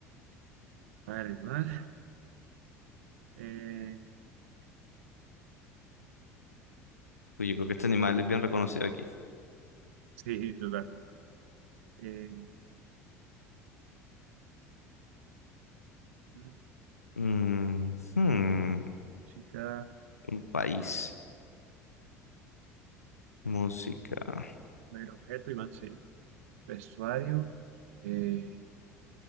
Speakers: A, on the right; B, on the left.
A: Vale, mal. Eh,
B: Uy, yo creo que este animal es bien reconocido aquí.
A: sí, total. Eh, mm,
B: Mm, hmm,
A: chica,
B: Un país. Música.
A: no hay objeto, Iván, sí. Vestuario. eh,